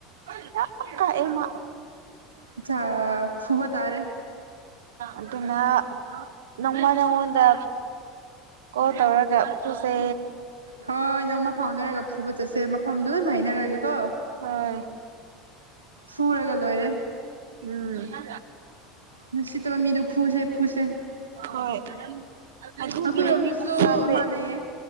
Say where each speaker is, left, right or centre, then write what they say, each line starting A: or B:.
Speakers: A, on the right; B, on the right.
A: ꯥꯌꯥꯝ ꯀꯥꯛꯑꯦ ꯃꯥ
B: ꯑꯠꯁꯥ ꯐꯨꯕ ꯇꯥꯔꯦ
A: ꯑꯗꯨꯅ ꯅꯣꯡꯃ ꯅꯉꯣꯟꯗ ꯀꯣꯜ ꯇꯧꯔꯒ ꯄꯨꯁꯦ
B: ꯍꯣꯏ ꯅꯣꯡꯃ ꯐꯥꯎꯅꯔꯒ ꯐꯨꯕ ꯆꯠꯁꯦ ꯃꯐꯝꯗꯣ ꯂꯣꯏꯝ ꯍꯥꯏꯅꯔꯒꯦꯀꯣ
A: ꯍꯣꯏ
B: ꯐꯨꯔꯒ ꯂꯣꯏꯔꯦ
A: ꯎꯝ ꯇ
B: ꯅꯨꯡꯁꯤꯠꯇꯕ ꯃꯤꯗꯣ ꯐꯨꯁꯦ ꯐꯨꯁꯦ
A: ꯍꯣꯏ ꯑꯗꯨꯒꯤ
B: ꯑꯩꯈꯣꯏꯔꯣꯝꯗꯁꯨ
A: ꯅꯨꯄꯤ ꯃꯆꯥꯁꯦ
B: ꯑꯃꯥ ꯂꯩꯌꯦꯦ